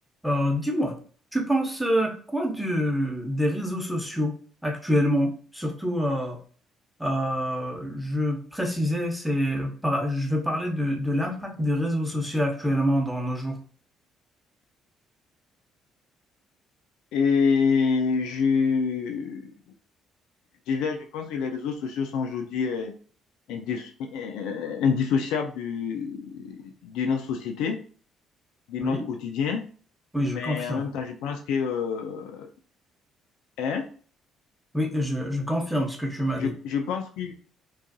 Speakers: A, in the centre; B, on the left.
A: Euh, dis-moi, tu penses euh, quoi de- des réseaux sociaux actuellement? Surtout, euh, euh, je précisais, c'est, par- je veux parler de, de l'impact des réseaux sociaux actuellement dans nos jours.
B: Et je, déjà, je pense que les réseaux sociaux sont aujourd'hui euh, indisso- euh, indissociables de, de notre société, de
A: Oui,
B: notre quotidien.
A: oui, je
B: Mais
A: confirme.
B: en même temps, je pense que, euh, hein,
A: Oui, je, je confirme ce que tu m'as
B: je,
A: dit.
B: je pense que,